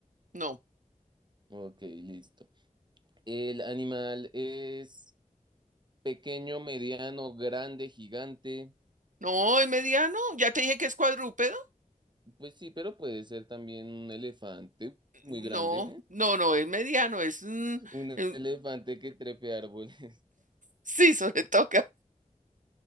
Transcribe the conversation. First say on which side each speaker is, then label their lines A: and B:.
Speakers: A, on the right; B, on the right.
A: No,
B: Ok, listo. El animal es pequeño, mediano, grande, gigante.
A: no, es mediano. Ya te dije que es cuadrúpedo.
B: Pues sí, pero puede ser también un elefante muy
A: No,
B: grande.
A: no, no, es mediano, es... mm,
B: <laughs> Un
A: mm,
B: elefante que trepe árboles. <laughs>
A: sí, <laughs> sobre todo. que-